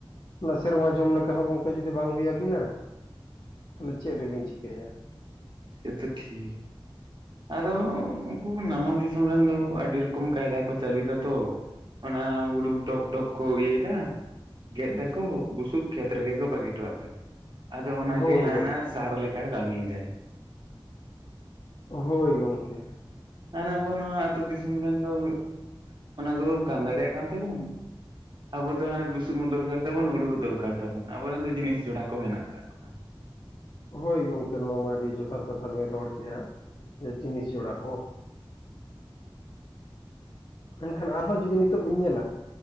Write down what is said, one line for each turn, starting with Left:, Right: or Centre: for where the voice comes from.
Left: ᱚᱱᱟ ᱥᱮᱨᱢᱟ ᱡᱚᱢ ᱞᱮᱠᱟ ᱦᱚᱸ ᱜᱚᱝᱠᱮ ᱡᱩᱫᱤ ᱵᱟᱝ ᱦᱩᱭᱩ ᱟᱵᱤᱱᱟ ᱛᱟᱦᱚᱞᱮ ᱪᱮᱫ ᱨᱮᱵᱤᱱ ᱪᱤᱠ <unintelligible>
Right: ᱥᱮ ᱛᱚ ᱴᱷᱤᱠ᱾ ᱟᱫᱚ ᱩᱱᱠᱩ ᱱᱟᱢᱟᱞ ᱫᱤᱥᱚᱢ ᱨᱮᱱ ᱫᱚ ᱟᱹᱰᱤ ᱨᱚᱠᱚᱢ ᱠᱟᱭᱫᱟ ᱠᱚ ᱪᱟᱹᱞᱩᱭ ᱫᱟ ᱛᱚ ᱚᱱᱟ ᱦᱩᱲᱩ ᱰᱚᱠ ᱴᱚᱜ ᱠᱚ ᱤᱭᱟᱹᱭ ᱫᱟ ᱜᱮᱫ ᱮᱫᱟ ᱠᱚ ᱵᱩᱥᱩᱵ ᱠᱷᱮᱛ ᱨᱮᱜᱮ ᱠᱚ ᱵᱟᱹᱜᱤ ᱦᱳᱴᱚᱣᱟᱜ ᱠᱟᱱᱟ᱾ ᱟᱫᱚ
Left: ᱦᱳᱭ
Right: ᱚᱱᱟᱜᱮ ᱦᱟᱱᱟ
Left: ᱦᱳᱭ
Right: ᱥᱟᱨ ᱞᱮᱠᱟ ᱠᱟᱹᱢᱤᱭᱮᱫᱟᱭ᱾
Left: ᱦᱳᱭ ᱜᱚᱢᱠᱮ᱾
Right: <unintelligible> ᱟᱵᱚ ᱱᱚᱣᱟ ᱟᱹᱛᱩᱳ ᱫᱤᱥᱚᱢ ᱨᱮᱱ ᱫᱚ ᱚᱱᱟ ᱫᱚᱵᱚ ᱜᱟᱱ ᱫᱟᱲᱮᱭᱟᱜ ᱠᱟᱱ ᱛᱮᱵᱚᱱ ᱟᱵᱚ ᱫᱚ ᱦᱟᱱᱮ ᱵᱩᱥᱩᱵ ᱦᱚᱸ ᱫᱚᱨᱠᱟᱨ ᱛᱟᱵᱚᱱ ᱦᱳᱲᱩ ᱦᱚᱸ ᱫᱚᱨᱠᱟᱨ ᱛᱟᱵᱚᱱ ᱟᱵᱚᱨᱮᱱ ᱫᱚ ᱡᱤᱱᱤᱥ ᱡᱚᱲᱟ ᱠᱚ ᱦᱮᱱᱟᱜ ᱟᱠᱟᱜ ᱠᱚᱣᱟ᱾
Left: ᱦᱳᱭ ᱜᱚᱢᱠᱮ ᱱᱚᱣᱟ ᱢᱟ ᱟᱹᱰᱤ ᱡᱚᱛᱷᱟᱛ ᱠᱟᱛᱷᱟ ᱵᱮᱱ ᱨᱚᱲ ᱠᱮᱫᱼᱟ ᱡᱤᱱᱤᱥ ᱡᱚᱲᱟ ᱠᱚ ᱢᱮᱱᱠᱷᱟᱱ ᱟᱨᱦᱚᱸ ᱡᱩᱫᱤ ᱱᱤᱛᱚᱜ ᱵᱤᱱ ᱧᱮᱞᱟ